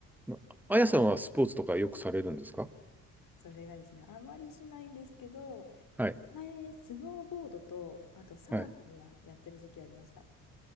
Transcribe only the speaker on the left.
それがですね、あまりしないんですけど、
前、スノーボードと、あとサーフィンはやってる時期ありました。